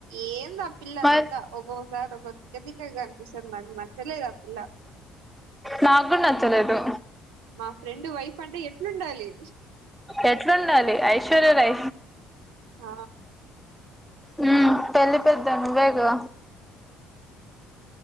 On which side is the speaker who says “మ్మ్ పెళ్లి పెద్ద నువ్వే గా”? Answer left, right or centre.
Centre